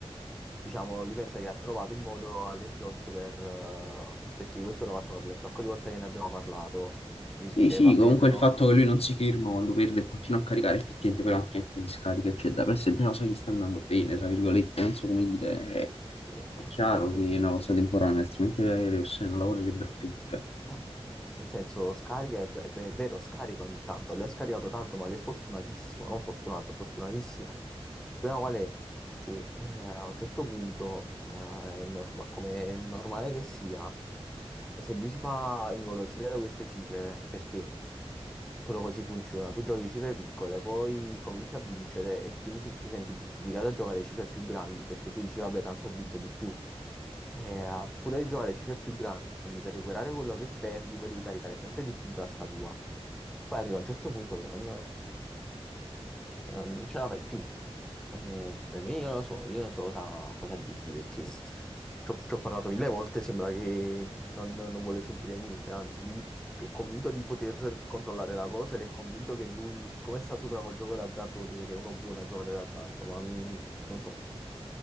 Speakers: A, in the centre; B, on the left.
A: diciamo, lui pensa che ha trovato il modo alle slot per... eh, perché questo l'ho fatto capire un sacco di volte che ne abbiamo parlato. Lui
B: Sì,
A: dice,
B: sì,
A: vabbè,
B: comunque
A: però,
B: il fatto che lui non si ferma quando perde e continua a caricare effettivamente poi la macchinetta gli scarica, eccetera, per esempio, non so, gli sta andando bene, tra virgolette, non so come dire, è,
A: sì, ma
B: è chiaro
A: quello funziona.
B: che è una cosa temporanea, altrimenti le persone non lavorerebbero più, cioè.
A: Eh, eh, nel senso, scarica, è, è- è vero, scarica ogni tanto, lui ha scaricato tanto, ma lui è fortunatissimo, non fortunato, fortunatissimo. Il problema qual è? Che eh, a un certo punto, eh, è norma- come è normale che sia, se lui si fa ingolosire da queste cifre, perché quello così funziona, tu giochi cifre piccole, poi cominci a vincere e quindi si- ti senti giustificato a giocare cifre più grandi, perché tu dici, vabbè, tanto ho vinto di più. E a furia di giocare cifre più grandi per recuperare quello che perdi, poi devi caricare sempre di più di tasca tua. Poi arriva un certo punto che non, che non- non ce la fai più. E per me, io non lo so, io non so cosa, cosa dirti perché ci ho, ci ho parlato mille volte. Sembra che non, non vuole sentire niente. Anzi, lui è convinto di poter controllare la cosa ed è convinto che lui, siccome sta sopra col gioco d'azzardo, vuol dire che è uno buono a giocare d'azzardo. Ma mm, non so.